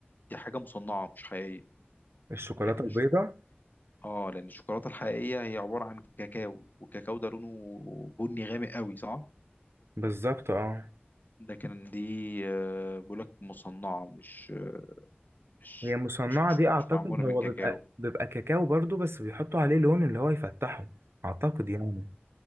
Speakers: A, on the left; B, on the right.
A: دي حاجه مصنعه مش حقيقيه
B: الشوكولاتة
A: يعني
B: البيضاء
A: شو... اه لان الشوكولاته الحقيقيه هي عباره عن كاكاو والكاكاو ده لونه بني غامق قوي صح
B: بالظبط اه
A: لكن دي آه، بقول لك مصنعه مش مش
B: هي مصنعة
A: مش مش
B: دي أعتقد
A: مش معموله
B: هو
A: من كاكاو
B: بيبقى بيبقى كاكاو برضو بس بيحطوا عليه لون اللي هو يفتحه أعتقد يعني